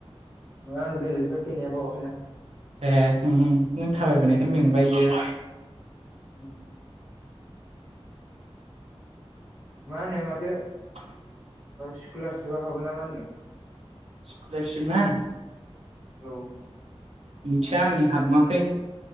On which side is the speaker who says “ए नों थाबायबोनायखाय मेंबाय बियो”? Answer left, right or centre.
Right